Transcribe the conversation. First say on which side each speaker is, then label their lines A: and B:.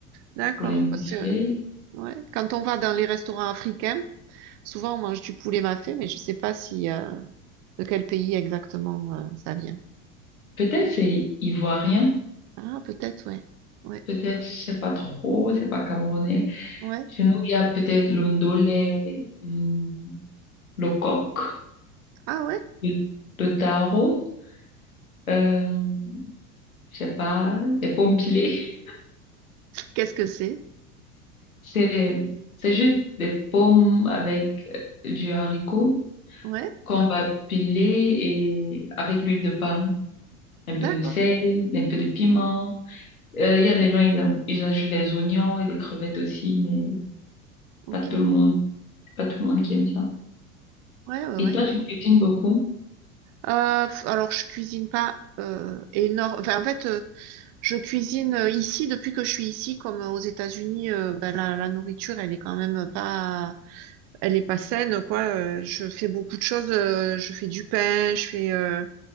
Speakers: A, on the right (about 40°); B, on the left (about 75°).
A: D'accord.
B: le poulet mâché.
A: Parce que ouais, quand on va dans les restaurants africains, souvent on mange du poulet mafé, mais je sais pas si euh, de quel pays exactement euh, ça vient.
B: Peut-être c'est ivoirien,
A: Ah, peut-être, ouais. Ouais.
B: peut-être, je sais pas trop, c'est pas camerounais.
A: Ouais.
B: Chez nous, il y a peut-être l'ondolé, hum, le coq,
A: Ah ouais?
B: le, le taro, euh, je sais pas, les pommes pilées.
A: Qu'est-ce que c'est?
B: C'est, c'est juste des pommes avec euh, du haricot
A: Ouais.
B: qu'on va piler et avec l'huile de palme, un peu
A: D'accord.
B: de sel, un peu de piment. Euh, il y a des gens, ils, am- ils ajoutent des oignons et des crevettes aussi, mais
A: Ok.
B: pas tout le monde, c'est pas tout le monde qui aime ça.
A: Ouais, ouais,
B: Et
A: ouais.
B: toi, tu
A: Ok.
B: cuisines beaucoup?
A: Euh, f- alors, je cuisine pas euh, énorme. Enfin, en fait, euh, Je cuisine euh, ici depuis que je suis ici, comme euh, aux États-Unis, euh, ben, la, la nourriture, elle est quand même euh, pas, elle est pas saine, quoi. Euh, je fais beaucoup de choses. euh, je fais du pain, je fais euh,